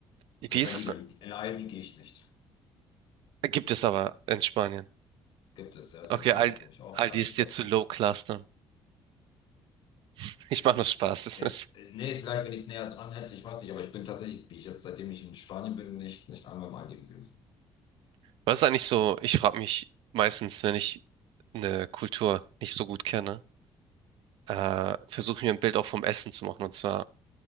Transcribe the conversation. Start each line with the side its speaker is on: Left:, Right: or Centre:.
Right: Wie
Left: Manchmal
Right: ist es?
Left: Lidl. In Aldi gehe ich nicht.
Right: Gibt es aber in Spanien.
Left: Gibt es, ja. Es
Right: Okay,
Left: gibt
Right: Aldi,
Left: hier auch, glaube ich, auch
Right: Aldi
Left: einen.
Right: ist
Left: Ich glaube,
Right: dir zu
Left: ich.
Right: low class dann. <laughs> Ich mache noch Spaß. Das
Left: Es,
Right: ist,
Left: nee, vielleicht, wenn ich es näher dran hätte, ich weiß nicht, aber ich bin tatsächlich, wie ich jetzt, seitdem ich in Spanien bin, nicht, nicht einmal im Aldi gewesen.
Right: was ist eigentlich so? Ich frage mich meistens, wenn ich eine Kultur nicht so gut kenne. äh, versuche mir ein Bild auch vom Essen zu machen, und zwar,